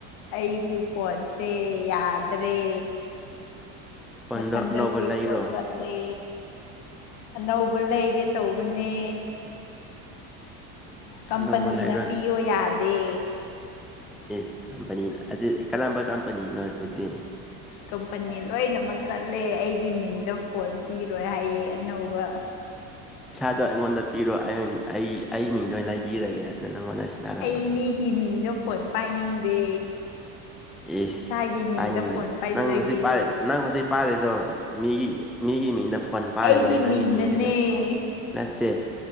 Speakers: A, on the left; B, in the centre.
A: ꯑꯩꯒꯤ ꯐꯣꯟꯁꯦ ꯌꯥꯗ꯭ꯔꯦ
B: ꯐꯣꯟꯗꯣ
A: ꯃꯊꯟꯗ
B: ꯑꯅꯧꯕ
A: ꯁ꯭ꯋꯤꯁ
B: ꯂꯩꯔꯣ
A: ꯑꯣꯐ ꯆꯠꯂꯦ ꯑꯅꯧꯕ ꯂꯩꯒꯦ ꯇꯧꯕꯅꯦ ꯀꯝꯄꯅꯤꯅ
B: ꯑꯅꯧꯕ ꯂꯩꯔꯣ
A: ꯄꯤꯌꯣ ꯌꯥꯗꯦ
B: ꯏꯁ ꯀꯝꯄꯅꯤꯅ ꯑꯗꯨꯗꯤ ꯀꯔꯝꯕ ꯀꯝꯄꯅꯤꯅꯣ ꯑꯗꯨꯗꯤ
A: ꯀꯝꯄꯅꯤ ꯂꯣꯏꯅꯃꯛ ꯆꯠꯂꯦ ꯑꯩꯒꯤ ꯃꯤꯡꯗ ꯐꯣꯟ ꯄꯤꯔꯣꯏ ꯍꯥꯏꯌꯦ ꯑꯅꯧꯕ
B: ꯄꯩꯁꯥꯗꯣ ꯑꯩꯉꯣꯟꯗ ꯄꯤꯔꯣ ꯑꯩ ꯑꯩ ꯑꯩ ꯃꯤꯡꯗ ꯑꯣꯏꯅ ꯂꯩꯕꯤꯔꯒꯦ ꯑꯗꯨꯅ ꯅꯪꯉꯣꯟꯗ ꯁꯤꯟꯅꯔꯝꯃꯒꯦ
A: ꯑꯩ ꯃꯤꯒꯤ ꯃꯤꯡꯗ ꯐꯣꯟ ꯄꯥꯏꯅꯤꯡꯗꯦ
B: ꯑꯦꯁ
A: ꯏꯁꯥꯒꯤ ꯃꯤꯡꯗ
B: ꯄꯥꯏꯅꯤꯡꯗꯦ
A: ꯐꯣꯟ ꯄꯥꯏꯖꯒꯦ
B: ꯅꯪ ꯍꯧꯖꯤꯛ ꯄꯥꯏ ꯅꯪ ꯍꯧꯖꯤꯛ ꯄꯥꯏ ꯑꯗꯣ ꯃꯤꯒꯤ ꯃꯤꯒꯤ ꯃꯤꯡꯗ ꯐꯣꯟ ꯄꯥꯏꯕꯅꯦ
A: ꯑꯩꯒꯤ ꯃꯤꯡꯗꯅꯦ
B: ꯅꯪꯒꯤ ꯃꯤꯡꯗ ꯅꯠꯇꯦ